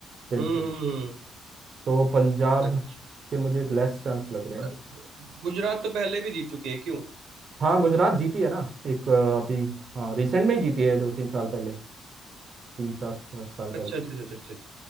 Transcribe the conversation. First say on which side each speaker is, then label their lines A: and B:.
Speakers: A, on the right; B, on the right.
A: बिल्कुल
B: हम्म
A: तो पंजाब
B: अच्छा
A: के मुझे लेस चांस लग रहे हैं
B: पर गुजरात तो पहले भी जीत चुकी है क्यों
A: हाँ गुजरात जीती है ना एक अ, अभी हाँ रिसेंट में ही जीती है दो तीन साल पहले तीन चार साल
B: अच्छा
A: पहले
B: अच्छा अच्छा अच्छा अच्छा।